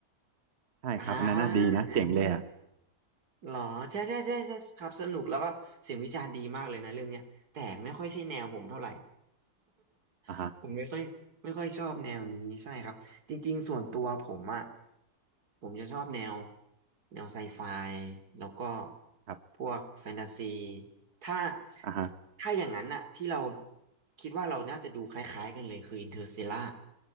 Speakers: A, on the right; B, on the right.
A: ใช่ครับอันนั้นน่าดีนะเจ๋งเลยอะ
B: อ่า หรอใช่ใช่ใช่ใช่ครับสนุกแล้วก็เสียงวิจารณ์ดีมากเลยนะเรื่องเนี้ยแต่ไม่ค่อยใช่แนวผมเท่าไหร่
A: อ่าฮะ
B: <laughs> ผมไม่ค่อยไม่ค่อยชอบแนวนี้ใช่ครับจริงๆส่วนตัวผมอ่ะผมจะชอบแนวแนวไซไฟแล้วก็
A: ครับ
B: พวกแฟนตาซีถ้า
A: อ่าฮะ
B: ถ้าอย่างนั้นอ่ะที่เราคิดว่าเราน่าจะดูคล้ายๆกันเลยคืออินเ r อร์ส l ต r ล่า